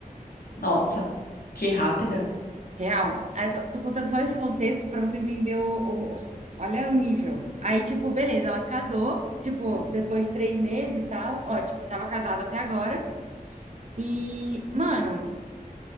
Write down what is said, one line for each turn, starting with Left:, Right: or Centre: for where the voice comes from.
Left: Nossa, que rápida.
Right: Real. Aí, só- tô contando só esse contexto pra você entender o, o- Olha o nível. Aí, tipo, beleza, ela casou, tipo, depois de três meses e tal, ótimo, tava casada até agora. E, mano,